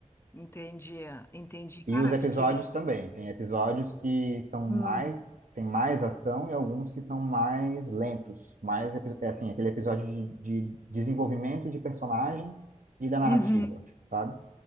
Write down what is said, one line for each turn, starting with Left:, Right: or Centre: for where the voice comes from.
Left: Entendi, entendi. Cara,
Right: E os episódios
Left: porque.
Right: também. Tem episódios que são
Left: Hum,
Right: mais, tem mais ação e alguns que são mais lentos, mais, epi- é assim, aquele episódio de, de desenvolvimento de personagem e da narrativa,
Left: uhum,
Right: sabe?